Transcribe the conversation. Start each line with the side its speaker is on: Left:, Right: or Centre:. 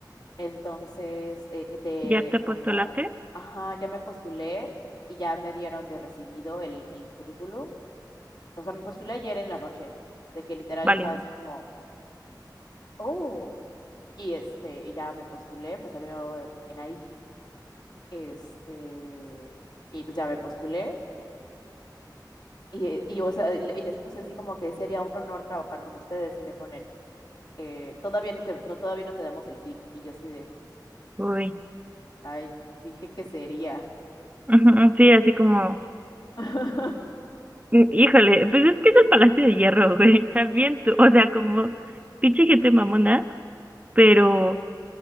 Left: Entonces, eh, de
Right: ¿Ya te postulaste?
Left: como, ajá, ya me postulé y ya me dieron de recibido el, el currículum. O sea, me postulé ayer en la noche, de que literal estaba
Right: Válido.
Left: así como, oh, y este, y ya me postulé, me salió en, en IG, este, y pues ya me postulé. Y, eh, y, o sea, le- y les puse así como que sería un honor trabajar con ustedes y me ponen, eh, todavía no te, no, todavía no te damos el sí. Y yo así de,
Right: Uy.
Left: Ay, dije que sería.
Right: Ujú, Sí, así como,
Left: <laughs>
Right: mm, híjole, pues es que es el Palacio de Hierro, güey. También tú, o sea, como pinche gente mamona, pero